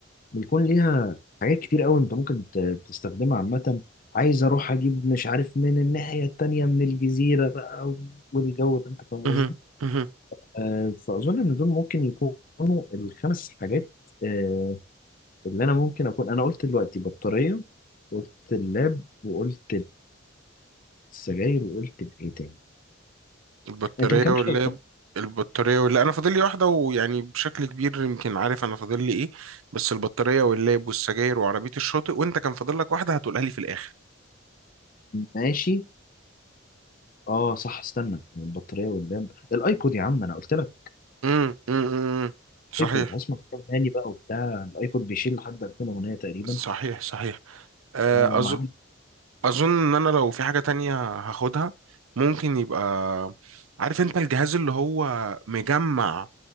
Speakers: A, on the left; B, on the right.
A: بيكون ليها حاجات كتير أوي أنت ممكن ت- تستخدمها عامة عايز أروح أجيب مش عارف من الناحية التانية من الجزيرة بقى والجو ده أنت فاهم
B: مهم.
A: قصدي؟
B: مهم.
A: آه، فأظن إن دول ممكن يكونوا الخمس حاجات آه، اللي أنا ممكن أكون أنا قلت دلوقتي بطارية قلت اللاب وقلت السجاير وقلت بايه تاني
B: البطارية
A: انت ما كملتش
B: واللاب
A: الخط
B: البطارية واللاب أنا فاضل لي واحدة ويعني بشكل كبير يمكن عارف أنا فاضل لي إيه بس البطارية واللاب والسجاير وعربية الشاطئ وأنت كان فاضل لك واحدة هتقولها لي في الآخر
A: ماشي اه صح استنى البطاريه واللاب الايبود يا عم انا قلت لك
B: امم امم صحيح
A: الايبود هسمع كتاب تاني بقى وبتاع الايبود بيشيل لحد 2000 اغنيه تقريبا
B: صحيح صحيح آه،
A: آه
B: أظ...
A: معاك
B: أظن إن أنا لو في حاجة تانية هاخدها ممكن يبقى عارف أنت الجهاز اللي هو مجمع